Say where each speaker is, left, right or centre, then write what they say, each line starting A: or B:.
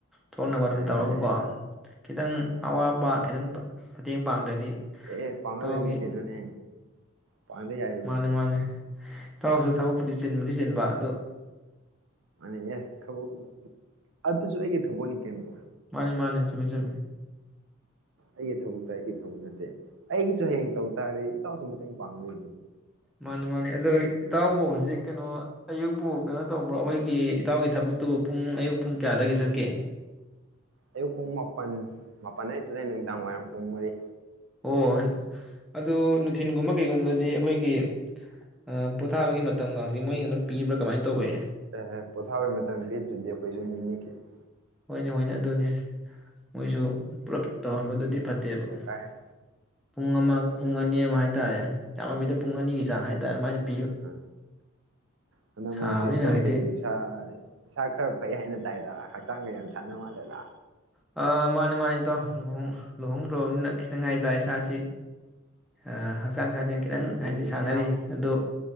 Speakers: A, in the centre; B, on the right.
A: ꯊꯣꯛꯅꯕ ꯑꯗꯨꯝ
B: ꯃꯥꯅꯦ
A: ꯇꯧꯔꯒꯀꯣ
B: ꯃꯥꯅꯦ
A: ꯈꯤꯇꯪ
B: ꯃꯥꯅꯦ ꯃꯥꯅꯦ
A: ꯑꯋꯥꯠꯄꯥ ꯈꯤꯇꯪ ꯃꯇꯦꯡ ꯄꯥꯡꯗ꯭ꯔꯗꯤ꯫
B: ꯑꯦ ꯄꯥꯡꯉꯗꯣꯏꯅꯦ
A: ꯏꯇꯥꯎꯒꯤ
B: ꯀꯩꯅꯣꯅꯦ꯫ ꯄꯥꯡꯗ ꯌꯥꯔꯕꯅꯤ
A: ꯃꯥꯅꯤ
B: ꯑꯦ꯫
A: ꯃꯥꯅꯤ ꯏꯇꯥꯎꯁꯨ ꯊꯕꯛꯄꯨꯗꯤ ꯆꯤꯟꯕꯨꯗꯤ ꯆꯤꯟꯕ ꯑꯗꯨ꯫
B: ꯃꯥꯅꯤ ꯑꯦ ꯊꯕꯛ ꯑꯗꯨꯁꯨ ꯑꯩꯒꯤ ꯊꯕꯛꯅꯦ <unintelligible>
A: ꯃꯥꯅꯦ ꯃꯥꯅꯦ ꯆꯨꯝꯃꯦ ꯆꯨꯝꯃꯤ꯫
B: ꯑꯩꯒꯤ ꯊꯕꯛꯇ ꯑꯩꯒꯤ ꯊꯕꯛ ꯅꯠꯇꯦ ꯑꯩꯒꯤꯁꯨ ꯍꯌꯦꯡ ꯇꯧ ꯇꯥꯔꯗ ꯏꯇꯥꯎꯁꯨ ꯃꯇꯦꯡ ꯄꯥꯡꯒꯗꯣꯏꯅꯤ꯫
A: ꯃꯥꯅꯦ꯫ ꯃꯥꯅꯦ ꯑꯗꯨꯣ
B: ꯑꯌꯨꯛ
A: ꯏꯇꯥꯎꯕꯨ ꯍꯧꯖꯤꯛ ꯀꯩꯅꯣ꯫ ꯑꯌꯨꯛꯄꯨ ꯀꯩꯅꯣ ꯇꯧꯕ꯭ꯔꯣ ꯑꯩꯈꯣꯏꯒꯤ ꯏꯇꯥꯎꯒꯤ ꯊꯕꯛꯇꯨꯕꯨ ꯄꯨꯡ ꯑꯌꯨꯛ ꯄꯨꯡ ꯀꯌꯥꯗꯒꯤ ꯆꯠꯀꯦ꯫
B: ꯑꯌꯨꯛ ꯄꯨꯡ ꯃꯥꯄꯟ ꯃꯥꯄꯟꯗꯩꯅ ꯆꯠꯂ ꯅꯨꯃꯤꯗꯥꯡ ꯋꯥꯏꯔꯝ ꯄꯨꯡ ꯃꯔꯤ꯫
A: ꯑꯣ ꯑꯗꯨ ꯅꯨꯊꯤꯟꯒꯨꯝꯕ ꯀꯩꯒꯨꯝꯕꯗꯗꯤ ꯑꯩꯈꯣꯏꯒꯤ ꯑ-ꯄꯣꯊꯥꯕꯒꯤ ꯃꯇꯝꯒꯥꯡꯗꯤ ꯃꯣꯏꯅ ꯑꯗꯨꯝ ꯄꯤꯕ꯭ꯔꯥ ꯀꯃꯥꯏꯅ ꯇꯧꯏ꯫
B: ꯑ-ꯄꯣꯊꯥꯕꯩ ꯃꯇꯝ ꯄꯤꯗ꯭ꯔꯗꯤ ꯑꯈꯣꯖꯨ ꯃꯤꯅꯤ ꯀꯩꯅꯣ꯫
A: ꯍꯣꯏꯅꯦ ꯍꯣꯏꯅꯦ ꯑꯗꯨꯅꯤ ꯃꯣꯏꯁꯨ ꯄꯨꯔꯞ ꯇꯧꯍꯟꯕꯗꯨꯗꯤ꯫ ꯐꯠꯇꯦꯕ
B: ꯄꯨꯡꯈꯥꯏ
A: ꯄꯨꯡ ꯑꯃ ꯄꯨꯡ ꯑꯅꯤ ꯑꯃ ꯍꯥꯏꯇꯥꯔꯦ ꯌꯥꯝꯃꯃꯤꯗ ꯄꯨꯡ ꯑꯅꯤꯒꯤ ꯆꯥꯡ ꯍꯥꯏ <unintelligible>
B: ꯑ ꯍꯟꯗꯛ
A: ꯁꯥꯕꯅꯤꯅ
B: ꯃꯔꯛꯁꯤ ꯏꯇꯥꯎꯁꯤ
A: ꯍꯧꯖꯤꯛꯇꯤ
B: ꯏꯁꯥ ꯏꯁꯥ ꯈꯔ ꯐꯩ ꯍꯥꯏꯅ ꯇꯥꯏꯗ ꯍꯛꯆꯥꯡꯒ ꯌꯥꯝ ꯁꯥꯟꯅ ꯃꯥꯂꯦꯗ꯫
A: ꯑ ꯃꯥꯅꯤ ꯃꯥꯅꯤ ꯇꯣ ꯂꯨꯍꯣꯡ ꯂꯨꯍꯣꯡꯗ꯭ꯔꯕꯅꯤꯅ ꯈꯤꯇꯪ ꯍꯥꯏꯇꯥꯔꯦ ꯏꯁꯥꯁꯤ ꯑ ꯍꯛꯆꯥꯡ ꯁꯥꯖꯦꯟ ꯈꯤꯇꯪ
B: ꯍꯣꯏꯅꯦ ꯍꯣꯏꯅꯦ
A: ꯍꯥꯏꯗꯤ ꯁꯥꯟꯅꯔꯤ
B: ꯃꯌꯥꯝ
A: ꯑꯗꯣ